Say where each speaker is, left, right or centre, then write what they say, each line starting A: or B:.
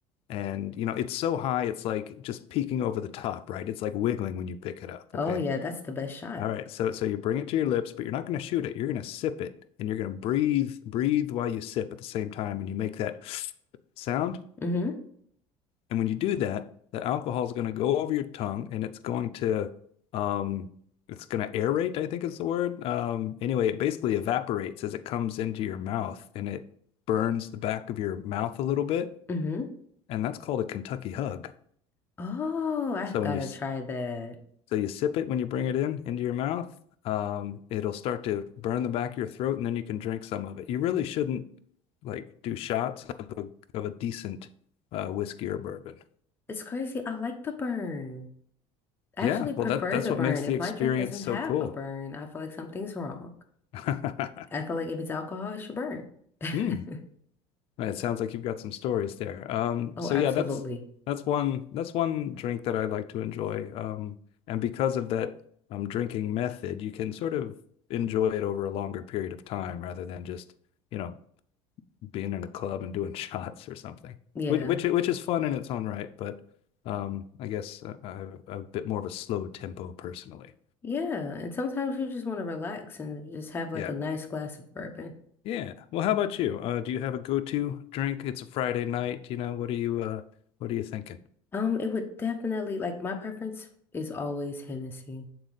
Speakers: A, on the left; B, on the left.
A: And you know, it's so high, it's like just peeking over the top, right? It's like wiggling when you pick it up.
B: Oh
A: Okay.
B: yeah, that's the best shot.
A: All right. So so you bring it to your lips, but you're not going to shoot it. You're going to sip it and you're going to breathe, breathe while you sip at the same time. And you make that sound
B: Mm-hmm.
A: and when you do that, the alcohol is going to go over your tongue and it's going to um it's going to aerate, I think is the word. Um anyway, it basically evaporates as it comes into your mouth and it burns the back of your mouth a little bit,
B: Mm-hmm.
A: and that's called a Kentucky hug.
B: Oh, I've
A: So
B: gotta
A: when you
B: try that.
A: so you sip it when you bring it in into your mouth, um it'll start to burn the back of your throat and then you can drink some of it. You really shouldn't like do shots of a of a decent uh, whiskey or bourbon.
B: It's crazy. I like the burn. I
A: Yeah,
B: actually prefer
A: well that that's
B: the
A: what
B: burn.
A: makes
B: If
A: the experience
B: my drink doesn't
A: so
B: have
A: cool.
B: a burn, I feel like something's wrong.
A: <laughs>
B: I feel like if it's alcohol, it should burn. <laughs>
A: Hmm. It sounds like you've got some stories there. Um,
B: Oh,
A: so
B: absolutely.
A: yeah, that's that's one that's one drink that I like to enjoy. Um, and because of that um drinking method, you can sort of enjoy it over a longer period of time rather than just, you know, being in a club and doing <laughs> shots or something.
B: Yeah.
A: Which which which is fun in its own right, but um I guess uh, I, I'm a bit more of a slow tempo personally.
B: Yeah. And sometimes you just want to relax and just have like
A: Yeah.
B: a nice glass of bourbon.
A: Yeah. Well, how about you? Uh, do you have a go-to drink? It's a Friday night, you know. What are you uh what are you thinking?
B: Um, it would definitely like my preference is always Hennessy.